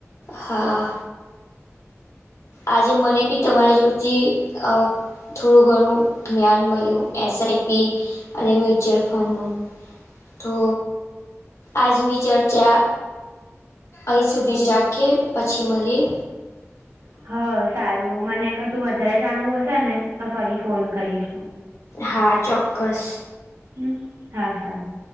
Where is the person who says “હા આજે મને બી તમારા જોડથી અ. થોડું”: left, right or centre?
Left